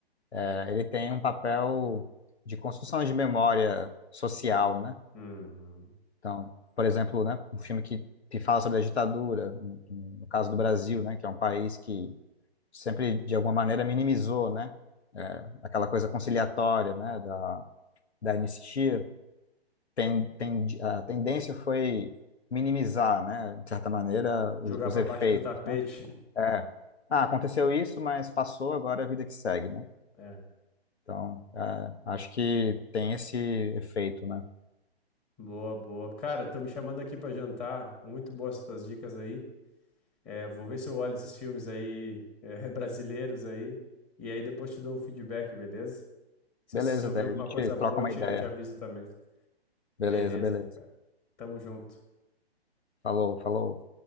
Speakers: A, on the left; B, on the left.
A: eh, Ele tem um papel de construção de memória social, né?
B: Uhum.
A: Então, por exemplo, né, um filme que, que fala sobre a ditadura, no, no caso do Brasil, né? Que é um país que sempre, de alguma maneira, minimizou, né? eh, aquela coisa conciliatória, né? Da, da anistia. ten, ten, a tendência foi minimizar, né, de certa maneira, os,
B: Jogar
A: os
B: para
A: efeitos,
B: baixo do tapete.
A: né? É, ah, aconteceu isso, mas passou, agora é a vida que segue, né?
B: É.
A: Então, é, acho que tem esse efeito, né?
B: Boa, boa. Cara, estão me chamando aqui para jantar. Muito boas essas dicas aí. É, vou ver se eu olho esses filmes aí, é, <laughs> brasileiros aí, e aí depois te dou o feedback, beleza? Se
A: Beleza,
B: eu, se eu
A: daí
B: ver alguma
A: a gente
B: coisa boa,
A: troca uma
B: eu te,
A: ideia.
B: eu te aviso também.
A: Beleza,
B: Beleza,
A: beleza.
B: cara. Tamo junto.
A: Falou, falou.